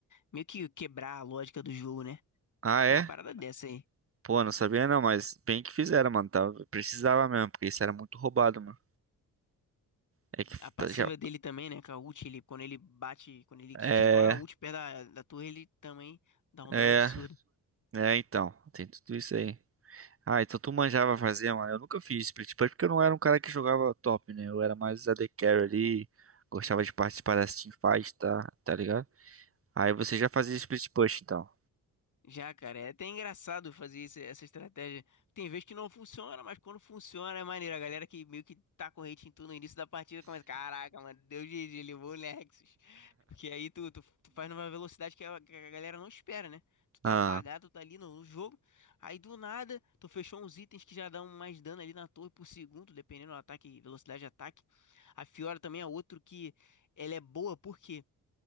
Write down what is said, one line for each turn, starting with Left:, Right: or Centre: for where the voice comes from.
Left: meio que quebrar a lógica do jogo, né?
Right: Ah, é?
Left: Tem uma parada dessa aí.
Right: Pô, não sabia não, mas bem que fizeram, mano. Tava, precisava mesmo, porque isso era muito roubado, mano. É que
Left: A passiva
Right: tá já.
Left: dele também, né? Com a ult, ele, quando ele bate, quando ele
Right: É,
Left: estoura a ult perto da, da torre, ele também dá um
Right: é,
Left: dano absurdo.
Right: é, então. Tem tudo isso aí. Ah, então tu manjava fazer, mano. Eu nunca fiz split push porque eu não era um cara que jogava top, né? Eu era mais AD carry ali. Gostava de participar das teamfights, tá? Tá ligado? Aí você já fazia split push, então.
Left: Já, cara, é até engraçado fazer esse- essa estratégia. Tem vezes que não funciona, mas quando funciona é maneiro. A galera que meio que tá com hate em tudo no início da partida começa, caraca, mano, deu GG, levou o Nexus. Porque aí tu, tu, tu faz numa velocidade que a, que a galera não espera, né? Tu tá
Right: Ah,
Left: apagado, tu tá ali no, no jogo, aí do nada tu fechou uns itens que já dão mais dano ali na torre por segundo, dependendo do ataque, velocidade de ataque. A Fiora também é outro que ela é boa, por quê?